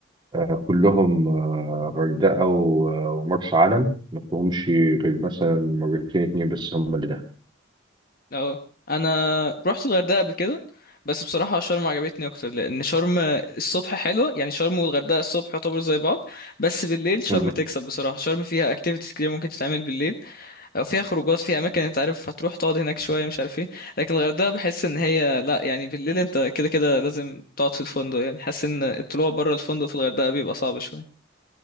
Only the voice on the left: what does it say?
اه انا رحت الغردقة قبل كده بس بصراحة شرم عجبتني اكتر لان شرم الصبح حلوة يعني شرم والغردقة الصبح يعتبر زي بعض بس بالليل شرم
تكسب بصراحة شرم فيها اكتيفيتيز كتير ممكن تتعمل بالليل او فيها خروجات فيها اماكن انت عارف هتروح تقعد هناك شوية مش عارف ايه لكن الغردقة بحس ان هي لا يعني بالليل انت كده كده لازم تقعد في الفندق يعني حاسس ان الطلوع بره الفندق في الغردقة بيبقى صعب شوية